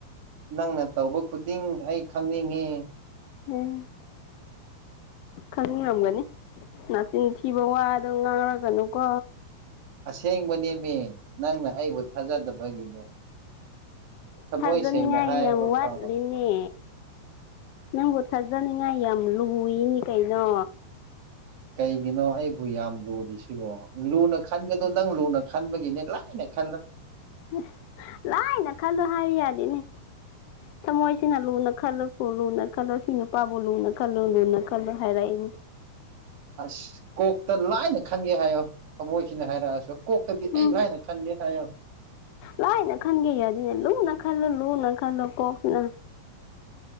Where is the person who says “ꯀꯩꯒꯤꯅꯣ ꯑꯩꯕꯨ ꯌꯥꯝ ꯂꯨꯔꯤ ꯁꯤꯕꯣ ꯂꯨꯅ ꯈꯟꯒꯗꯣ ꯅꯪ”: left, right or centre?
Right